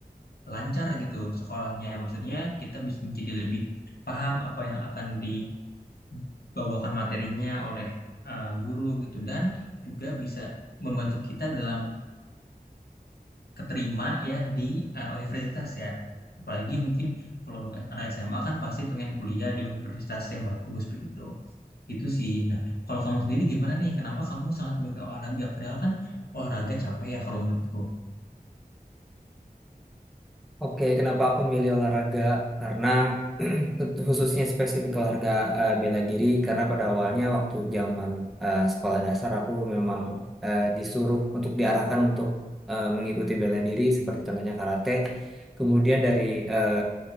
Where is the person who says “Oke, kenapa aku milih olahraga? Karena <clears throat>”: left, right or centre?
Centre